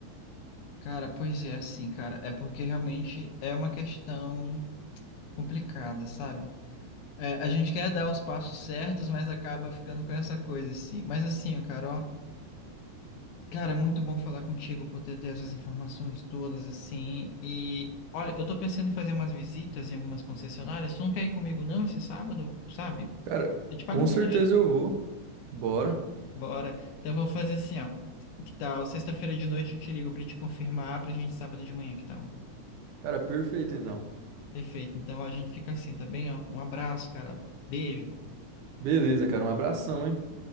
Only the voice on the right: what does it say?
Cara,
com
certeza
eu vou. Bora.
Cara, perfeito então.
Beleza, cara, um abração, hein?